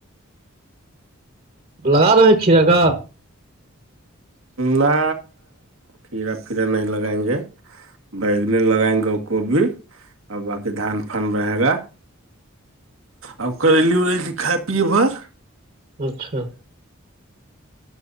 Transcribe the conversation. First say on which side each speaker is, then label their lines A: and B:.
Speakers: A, on the right; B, on the right.
A: لگا رہے ہیں کھیرا کا
B: نہ کھیڑا پھییرا نہیں لگائیں گے بیگنے لگائیں گے کو بھی اور باقی دھان فن رہے گا ا کرلی ارلی کھائے پیے بھر
A: اچھا